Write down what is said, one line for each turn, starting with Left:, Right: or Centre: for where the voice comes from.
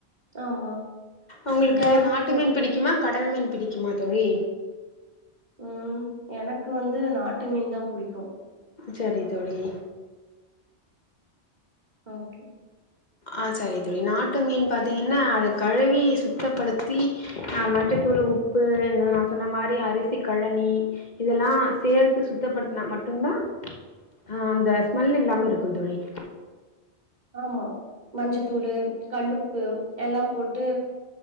Right: ஆமா
Left: உங்களுக்கு
Right: டேம்
Left: நாட்
Right: மீனு இருக்கு
Left: ஆ கடல் மீன் பிடிக்குமா தோழி
Right: ம் எனக்கு வந்து நாட்டு மீன் தா புடிக்கு
Left: சரி தோழி
Right: ஓகே
Left: ஆ சரி தோழி நாட்டு மீன் பாத்தீங்கன்னா அத கழுவி சுத்தப்படுத்தி ஆ மஞ்சத்தூள் உப்பு இந்த நா சொன்ன மாரி அரிசி கழனி இதெல்லா சேத்து சுத்தப்படுத்தனா மட்டுந்தா ஆ அந்த ஸ்மெல் இல்லாம இருக்கு தோழி
Right: ஆமா மஞ்சத்தூளு கல்லுப்பு எல்லாம் போட்டு